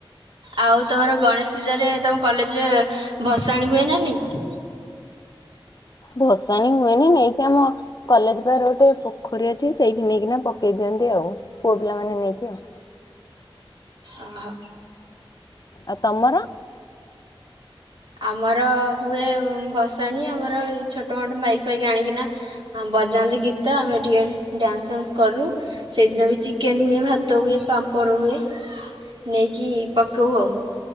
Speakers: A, on the right; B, on the left.
A: ଆଉ ତମର ଗଣେଶ ପୂଜାରେ ତମ କଲେଜରେ ଭସାଣି ହୁଏ ନା ନାଇଁ।
B: ଭସାଣି ହୁଏନି ନେଇକି ଆମ କଲେଜ ପାଖରେ ଗୋଟେ ପୋଖରୀ ଅଛି ସେଇଠି ନେଇକି ନା ପକେଇ ଦିଅନ୍ତି ଆଉ ପୁଅ ପିଲା ମାନେ ନେଇକି ଆଉ।
A: ଓହୋ।
B: ଆଉ ତମର।
A: ଆମର ହୁଏ ଭସାଣି ଆମର ଛୋଟ ମୋଟ ମାଇକ୍ ଫାଇକ୍ ଆଣିକିନା। ଆ ବଜାନ୍ତି ଗୀତ ଆମେ ଟିକେ ଡ୍ୟାନ୍ସ ଫ୍ୟାନ୍ସ କରୁ। ସେଇଦିନ ବି ଚିକେନ ହୁଏ ଭାତ ହୁଏ ପାମ୍ପଡ଼ ହୁଏ। ନେଇକି ପକଉ ଆଉ